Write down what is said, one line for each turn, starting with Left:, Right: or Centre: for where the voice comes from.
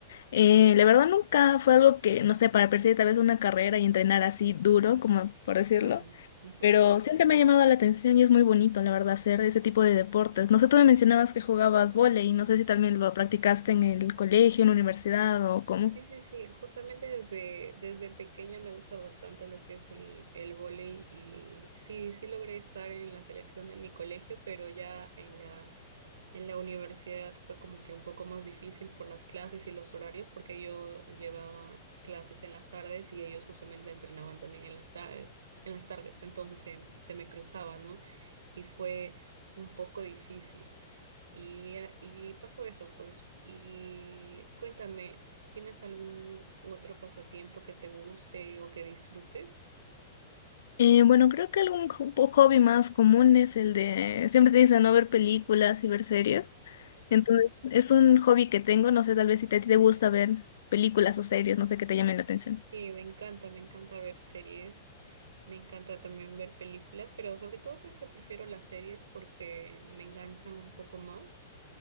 Left: Eh, la verdad nunca fue algo que, no sé, para perseguir tal vez una carrera y entrenar así duro, como por decirlo.
Right: claro. ujú.
Left: Pero siempre me ha llamado la atención y es muy bonito, la verdad, hacer ese tipo de deportes. No sé, tú me mencionabas que jugabas vóley, y no sé si también lo practicaste en el colegio, en la universidad o cómo.
Right: Sí, sí, sí. Justamente desde, desde pequeña me gusta bastante lo que es el, el vóley y sí, sí logré estar en la selección de mi colegio, pero ya en la En la universidad fue como que un poco más difícil por las clases y los horarios, porque yo llevaba clases en las tardes y ellos justamente entrenaban también en las tardes, en las tardes, entonces se, se me cruzaba, ¿no? Y fue un poco difícil. Y, eh, y pasó eso, pues. Y cuéntame, ¿tienes algún otro pasatiempo que te guste o que disfrutes?
Left: Eh, bueno, creo que algún jo- po- hobby más común es el de, siempre te dicen no ver películas y ver series. Entonces, es un hobby que tengo, no sé, tal vez si te- a ti te gusta ver películas o series, no sé, que te llamen la atención.
Right: Sí, me encanta, me encanta ver series, me encanta también ver películas, pero sobre todo creo que prefiero las series porque me enganchan un poco más.